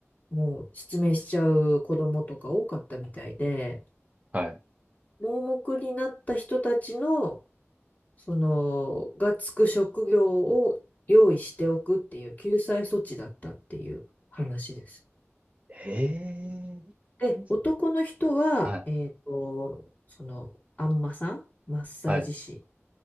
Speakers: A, on the left (about 35°); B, on the right (about 30°).
A: もう失明しちゃう子供とか多かったみたいで、
B: はい。
A: 盲目になった人たちの、その、がつく職業を用意しておくっていう救済措置だったっていう話です。
B: へ
A: で、
B: え。
A: 男の人は、
B: はい、
A: えっと、その、あんまさん、マッサージ師
B: はい。